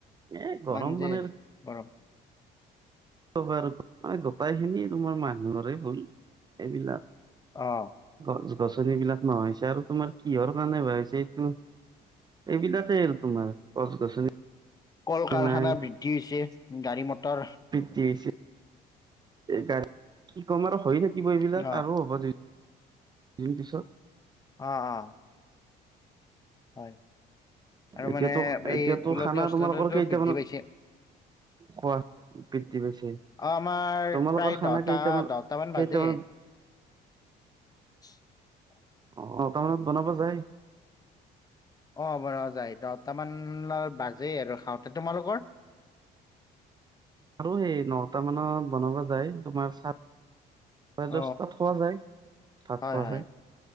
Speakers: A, on the right (about 25°); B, on the left (about 20°).
A: এ গৰম
B: ইমান
A: মানে
B: জে গৰম
A: কি কবা আৰু গোটেই খিনি তোমাৰ মানুহৰে ভুল এইবিলাক।
B: অ
A: গছ গছনি বিলাক নহয় হৈছে আৰু তোমাৰ কিহৰ কাৰণে বাঢ়িছে এইটো। এইবিলাকে আৰু তোমাৰ গছ গছনি।
B: কল কাৰখানা
A: নাই
B: বৃদ্ধি হৈছে গাড়ী মটৰ
A: তিএছে। গাড়ী কি ক'ম আৰু হৈ থাকিব এইবিলাক
B: অ
A: আৰু হ'ব দু দুদিন পিছত
B: অ অ হয় আৰু
A: এতিয়াতো
B: মানে
A: এতিয়াতো
B: এই গোলকীয়
A: খানা
B: উষ্ণতাটো
A: তোমালোকৰ কেইটামানত
B: বৃদ্ধি পাইছে
A: খোৱা বৃদ্ধি পাইছে
B: অ আমাৰ
A: তোমালোকৰ
B: প্ৰায়
A: খানা
B: দহটা
A: কেইটামান
B: দহটা মান বাজে
A: কেইটামানত
B: <unintelligible>
A: অ নটা মানত বনাব যায়
B: অ বনাৰ যাই দহটামান বাজেই আৰু খাওঁতে তোমালোকৰ
A: আৰু সেই নটা মানত বনাব যায় তোমাৰ চ চাৰে
B: অ
A: দছ তাত খোৱা যায় ভাত
B: হয়
A: খোৱা
B: হয়
A: যায়